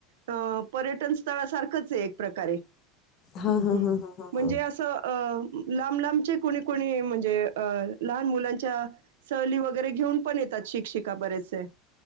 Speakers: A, on the right; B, on the left.
A: अ पर्यटन स्थळ सारखंच आहे एक प्रकारे.
B: हां,
A: हम्
B: हां,
A: हम्
B: हां, हां, हां,
A: म्हणजे
B: हां.
A: असं अ लांब लांबचे कोणी कोणी म्हणजे अ लहान मुलांच्या सहली वगैरे घेऊन पण येतात शिक्षिका बरेचसे